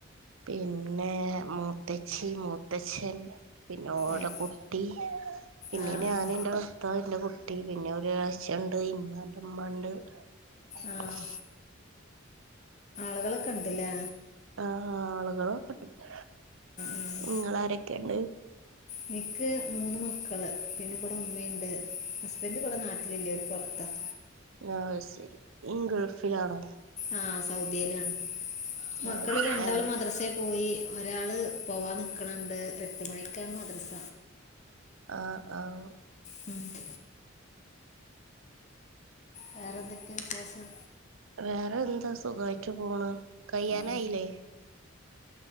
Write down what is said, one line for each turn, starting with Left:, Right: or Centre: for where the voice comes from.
Right: പിന്നെ മൂത്തച്ചി മൂത്തച്ചൻ പിന്നെ ഓല
Left: ഏഹ്
Right: കുട്ടി പിന്നെ
Left: ആഹ്
Right: ഞാൻന്റെ
Left: ആഹ്
Right: ഭർത്താവ് എന്റെ കുട്ടി പിന്നെ ഒരു എളേച്ഛൻണ്ട് ഇമ്മന്റെ മ്മണ്ട്. <inaudible>
Left: ആഹ് ആളുകൾ ഒക്കെ ഉണ്ടുലെ
Right: ആ ആളുകളൊക്കെണ്ട്
Left: ആഹ്
Right: നിങ്ങാരൊക്കെയുണ്ട്?
Left: എനിക്ക് മൂന്ന് മക്കള്. പിന്നെ ഇവിടെ ഉമ്മണ്ട് ഹസ്ബന്റ ഇവിടെ നാട്ടിലില്ലഓല് പുറത്ത പുറത്ത
Right: ആ ശരി ഗൾഫിലാണോ?
Left: ആഹ് സൗദിയിലാണ് മക്കള്
Right: ആഹ്
Left: രണ്ടാള് മദ്രസൽ പോയി ഒരാള് പോവാ നിക്കണണ്ട് എട്ട് മണിക്കാണ് മദ്രസ
Right: ആഹ് ആഹ്
Left: മ് വേറെ എന്തൊക്കെ വിശേഷം?
Right: വേറെ എന്താ സുഖമായിട്ടു പോണ് കയ്യാനായില്ലേ
Left: ആ